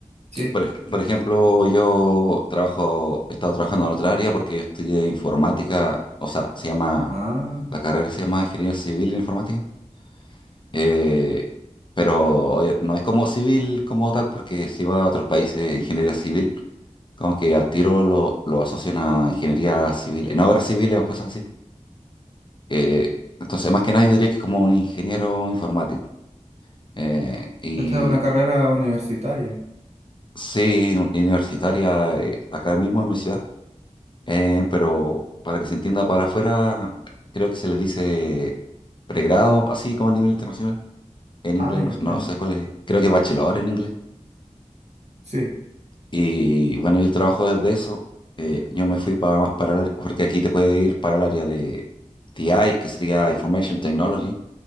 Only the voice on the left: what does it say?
Y por, ej- por ejemplo, yo trabajo, he estado trabajando en otra área porque yo estudié informática, o sea, se llama,
la carrera se llama Ingeniería Civil en Informática, eh, pero oye, no es como civil como tal porque si va a otros países, ingeniería civil, como que al tiro lo, lo asocian a ingeniería civil, en obras civiles o cosas así. Eh, entonces, más que nada, yo diría que es como un ingeniero informático. Eh, y
sí, un- universitaria, eh, acá mismo en mi ciudad. eh, pero para que se entienda para afuera, creo que se les dice pregrado, así como a nivel internacional, en
inglés,
no,
no sé cuál es, creo que es bachelor en inglés.
Y bueno, y el trabajo desde eso, eh, yo me fui para más para el área- porque aquí te puede ir para el área de TI, que sería Information Technology,